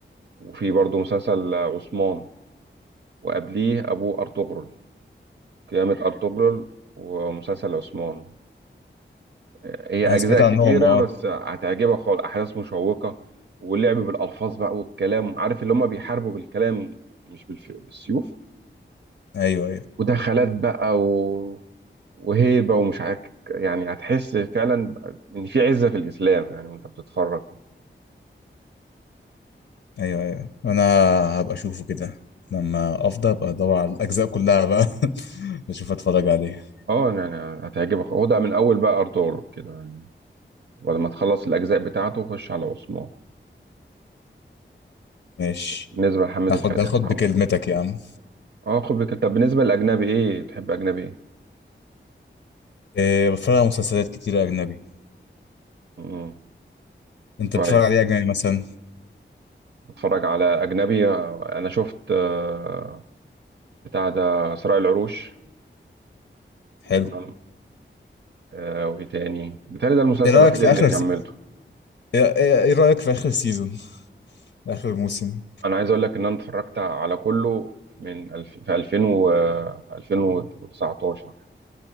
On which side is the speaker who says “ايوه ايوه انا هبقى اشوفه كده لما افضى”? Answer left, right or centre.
Left